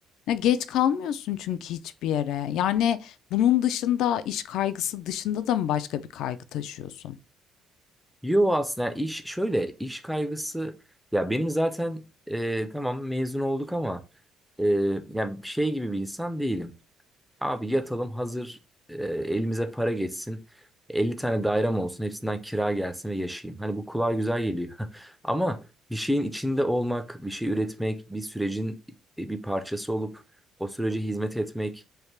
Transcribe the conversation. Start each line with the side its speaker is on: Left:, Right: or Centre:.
Left: Ya geç kalmıyorsun çünkü hiçbir yere. Yani bunun dışında iş kaygısı dışında da mı başka bir kaygı taşıyorsun?
Centre: Yo aslında iş şöyle iş kaygısı ya benim zaten e, tamam mezun olduk ama e, ya şey gibi bir insan değilim. Abi yatalım hazır e, elimize para geçsin. 50 tane dairem olsun hepsinden kira gelsin ve yaşayayım. Hani bu kulağa güzel geliyor. <laughs> Ama bir şeyin içinde olmak, bir şey üretmek, bir sürecin e, bir parçası olup o sürece hizmet etmek.